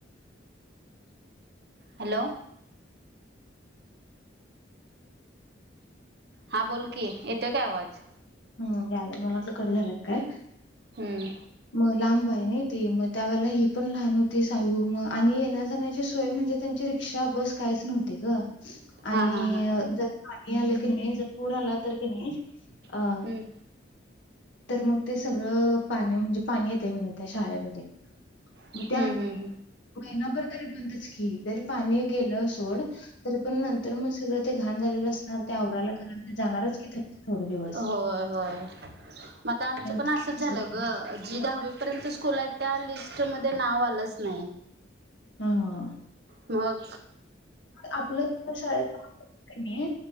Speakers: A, on the right; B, on the left.
A: हॅलो हा बोल की, येतोय काय आवाज.
B: हम्म याला. मला वाटल की कट झाल की काय.
A: हम्म
B: मग लांब आहे नाही ते. मग त्या वेळेला ही पण लहान होती सायू. मग आणि येणाजण्याची सोय म्हणजे त्यांची रिक्षा बस कायच नव्हती ग.
A: हां
B: आणि
A: हां हां
B: जर पाणी आल की नाही, जर पूर आला तर की नाही अ
A: हम्म
B: तर मग ते सगळ पाणी म्हणजे, पाणी येतय म्हण त्या शाळेमध्ये.
A: हम्म
B: मग ते आणि
A: हम्म
B: महिनाभर तरी बंदच की. जरी पाणी गेल सोड तरी पण नंतर मग सगळ ते घाण झालेल असणार ते आवरायाला कारण ते जाणारच कि त्यांचे थोड दिवस.
A: हम्म होय होय मग आ आमच पण
B: ते
A: असच
B: कॅन्सल
A: झाल
B: केला
A: ग. जी दहावी परंतु स्कुल आहेत. त्या लिस्टमध्ये नाव आलच नाही.
B: हम्म
A: मग
B: आपल शाळेत